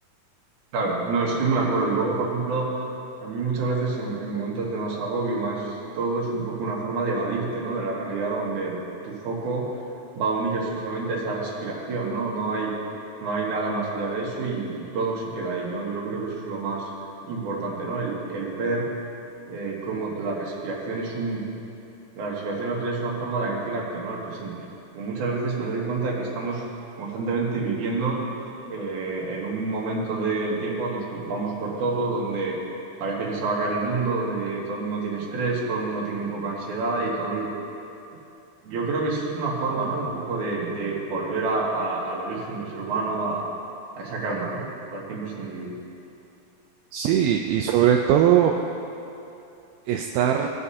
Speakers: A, on the right; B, on the right.
A: Claro, no estoy muy de acuerdo. Y luego, por ejemplo, a mí muchas veces en, en momentos de más agobio, más todo es un poco una forma de evadirte, ¿no? De la realidad donde tu foco va única y exclusivamente a esa respiración, ¿no? No hay, no hay nada más allá de eso y todo se queda ahí, ¿no? Yo creo que eso es lo más importante, ¿no? El, el ver eh, cómo la respiración es un la respiración al final es una forma de anclarte, ¿no? al presente. Pero muchas veces me doy cuenta que estamos constantemente viviendo eh, en un momento del tiempo donde nos preocupamos por todo, donde parece que se va a caer el mundo, donde todo el mundo tiene estrés, todo el mundo tiene un poco de ansiedad y todo. el- Yo creo que eso es una forma, ¿no? Un poco de, de volver a- a- al origen del ser humano, a, a esa calma, ¿no? Para ti sin
B: Sí, y sobre todo... estar